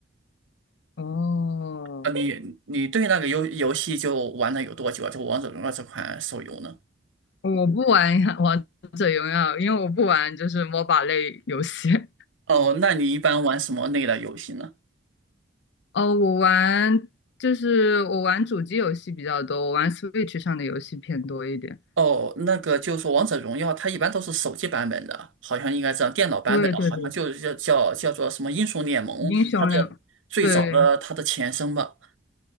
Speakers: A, on the left (about 60°); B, on the right (about 85°).
A: 哦，
B: 呃，你你对那个游游戏就玩了有多久啊？就王者荣耀这款手游呢？
A: 我不玩 <laughs> 王者荣耀，因为我不玩就是 MOBA 类游戏。<laughs>
B: 哦，那你一般玩什么类的游戏呢？
A: 哦，我玩就是我玩主机游戏比较多，我玩 Switch 上的游戏偏多一点。
B: 哦，那个就是说王者荣耀》它一般都是手机版本的，好像应该这样。电脑版本的，
A: 对对对，
B: 好像就是叫叫叫做什么《英雄联盟》，
A: 英雄联，
B: 它的最早的它的前身吧。
A: 对，